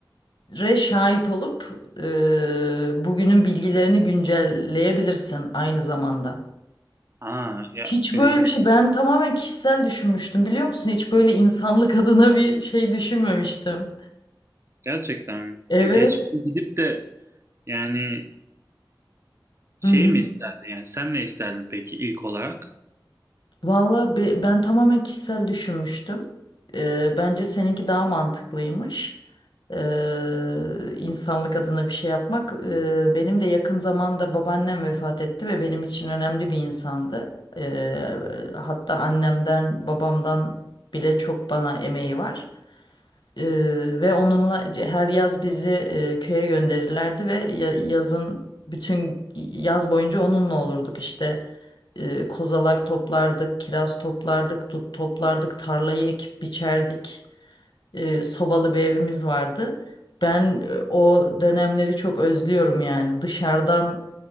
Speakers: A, on the left; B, on the right.
A: re şahit olup e, bugünün bilgilerini güncelleyebilirsin aynı zamanda.
B: Aa ya
A: Hiç
B: öyle
A: böyle
B: bir
A: bir şey ben tamamen kişisel düşünmüştüm biliyor musun? Hiç böyle insanlık <laughs> adına bir şey düşünmemiştim.
B: gerçekten mi?
A: Evet.
B: Ya geçmişe gidip de yani şey
A: Hı hı.
B: mi isterdin yani sen ne isterdin peki ilk olarak?
A: Valla be- ben tamamen kişisel düşünmüştüm. Ee, bence seninki daha mantıklıymış. Ee, insanlık adına bir şey yapmak. Ee, benim de yakın zamanda babaannem vefat etti ve benim için önemli bir insandı. Ee, hatta annemden, babamdan bile çok bana emeği var. Ee, ve onunla her yaz bizi e, köye gönderirlerdi ve ya- yazın bütün yaz boyunca onunla olurduk işte e, kozalak toplardık, kiraz toplardık, dut toplardık, tarlayı ekip biçerdik. E, sobalı bir evimiz vardı. Ben e, o dönemleri çok özlüyorum yani. Dışarıdan